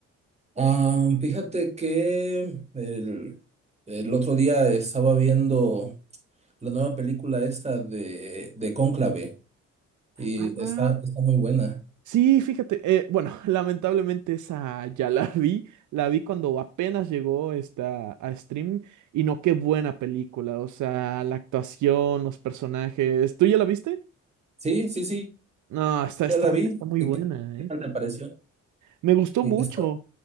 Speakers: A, on the right; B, on the right.
A: Ah, fíjate que el, el otro día estaba viendo la nueva película esta de, de Cónclave y
B: Ah,
A: está, está muy buena.
B: Sí, fíjate, eh, bueno, <laughs> lamentablemente esa ya la vi, la vi cuando apenas llegó esta, a stream y no, qué buena película, o sea, la actuación, los personajes, ¿tú ya la viste?
A: Sí, sí, sí,
B: No, está, está,
A: ya la vi.
B: está muy
A: ¿Qué,
B: buena,
A: qué- qué
B: ¿eh?
A: tal te pareció?
B: Me gustó
A: Sí,
B: mucho.
A: está-